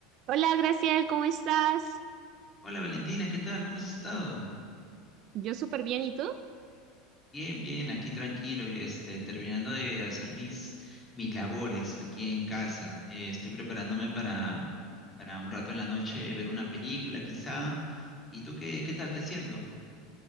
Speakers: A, on the right (about 50°); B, on the left (about 20°).
A: Hola, Graciel, ¿cómo estás?
B: Hola Valentina, ¿qué tal? ¿Cómo has estado?
A: Yo súper bien, ¿y tú?
B: Bien, bien, aquí tranquilo, este, terminando de hacer mis, mis labores aquí en casa. Eh, estoy preparándome para, para un rato en la noche ver una película quizá. ¿Y tú qué, qué tal? ¿Qué haciendo?